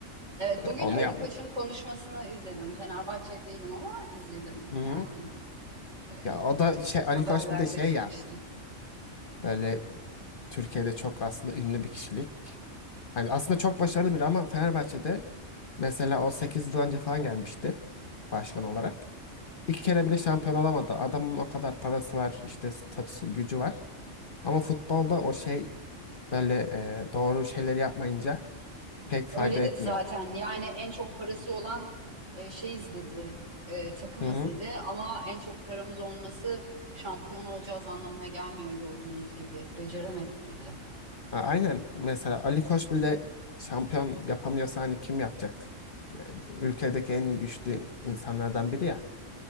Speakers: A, on the right (about 60°); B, on the left (about 45°).
A: Evet,
B: E,
A: bugün
B: Onu
A: Ali
B: yap.
A: Koç'un konuşmasını izledim. Fenerbahçeli değilim ama izledim
B: Hı hı.
A: yani. Evet,
B: Ya o da şey
A: haberlerde
B: Ali Koç bir de şey
A: çıkmıştı.
B: ya böyle Türkiye'de çok aslında ünlü bir kişilik. Hani aslında çok başarılı biri ama Fenerbahçe'de mesela o 8 yıl önce falan gelmişti başkan olarak. Bir kere
A: Hı hı.
B: bile şampiyon olamadı. Adamın o kadar parası var, işte statüsü, gücü var. Ama futbolda o şey böyle e, doğru şeyleri yapmayınca pek fayda
A: Öyle
B: etmiyor.
A: dedi zaten. Yani en çok parası olan e, şeyiz dedi, e, takımız
B: Hı hı.
A: dedi. Ama en çok paramız olması şampiyon olacağız anlamına gelmiyor gördüğünüz gibi. Beceremedik dedi.
B: A- Aynen mesela Ali Koç bile şampiyon yapamıyorsa hani kim yapacak? E, Ülkedeki en güçlü insanlardan biri ya.